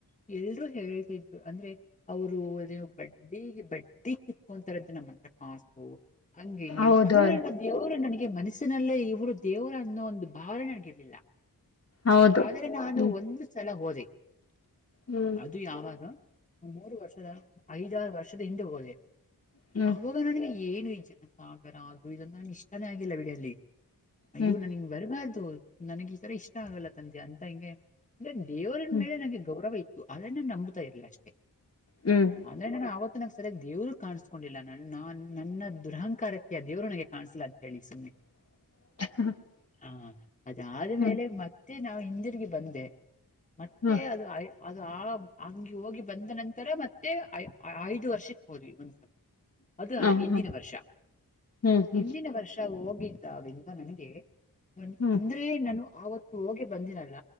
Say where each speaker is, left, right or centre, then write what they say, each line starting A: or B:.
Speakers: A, on the left (about 20°); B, on the left (about 40°).
A: ಎಲ್ರೂ ಹೇಳ್ತಿದ್ರು ಅಂದ್ರೆ. ಅವರು ಅದೇವು ಬಡ್ಡಿ ಬಡ್ಡಿ ಕಿತ್ಕೊಂತಾರದ್ದ ನಮ್ಮತ್ರ ಕಾಸು. ಹಂಗೆ
B: ಹೌದು
A: ಅದೆಲ್ಲ ದೇವರು ನನಗೆ ಮನಸ್ಸಿನಲ್ಲೇ ಇವರು ದೇವರ ಅನ್ನೋ ಒಂದು ಭಾವನೆ ನನಗಿರ್ಲಿಲ್ಲ.
B: ಹೌದು
A: ಆದ್ರೆ ನಾನು
B: ಹ್ಮ್
A: ಒಂದು ಸಲ ಹೋದೆ.
B: ಹ್ಮ್
A: ಅದು ಯಾವಾಗ ಮೂರು ವರ್ಷದ ಐದಾರು ವರ್ಷದ ಹಿಂದೆ ಹೋಗದೆ.
B: ಹ್ಮ್
A: ಅವಾಗ ನನಗೆ ಏನು ಈ ಜನ ಸಾಗರ ಅದು ಇದಂದ ನನ್ಗೆ ಇಷ್ಟಾನೇ ಆಗಿಲ್ಲ ಬಿಡಲ್ಲಿ. ಅಯ್ಯೋ
B: ಹ್ಮ್
A: ನನ್ಗ್ ಬರಬಾರ್ದು ನನಗ್ ಈ ತರ ಇಷ್ಟ ಆಗಲ್ಲ ತಂದೆ ಅಂತ ಹಿಂಗೆ. ಲೇ ದೇವರನ
B: ಹ್ಮ್
A: ಮೇಲೆ ನಂಗೆ ಗೌರವ ಇತ್ತು ಆದ್ರ ನಾ ನಂಬತಾ ಇರ್ಲಿಲ್ಲ ಅಷ್ಟೇ.
B: ಹ್ಮ್ ಹ್ಮ್
A: ಅಂದ್ರೆ ನಾನ ಆವತ್ತ ಸರಿ ದೇವ್ರು ಕಾಣಿಸಸ್ಕೊಂಡಿಲ್ಲ ನಾ ನನ್ನ ದುರಹಂಕಾರಕ್ಕೆ ದೇವ್ರು ನನಗೆ ಕಾಣಸ್ಲ ಹೇಳಿ ಸುಮ್ನೆ.
B: <inaudible>
A: ಹಾ ಅದಾದ್ಮೇಲೆ
B: ಹ್ಮ್
A: ಮತ್ತೆ ನಾವ ಹಿಂದಿರ್ಗಿ ಬಂದೆ. ಮತ್ತೆ
B: ಹ್ಮ್
A: ಅದ ಅ ಅದು ಆಳ ಹಂಗೆ ಹೋಗಿ ಬಂದ ನಂತರ ಮತ್ತೆ ಐ ಐದು ವರ್ಷಕ್ಕೆ ಹೋದ್ವಿ. ಅದು ಅದ
B: ಹ
A: ಇಂದಿನ
B: ಹ
A: ವರ್ಷ
B: ಹ್ಮ್ ಹ್ಮ್
A: ಇಂದಿನ ವರ್ಷ. ಹೋಗಿದ್ದವ ನನಗೆ ಒ
B: ಹ್ಮ್
A: ಅಂದ್ರೆ ನಾನು ಆವತ್ತ ಹೋಗಿ ಬಂದಿಲಲ್ಲ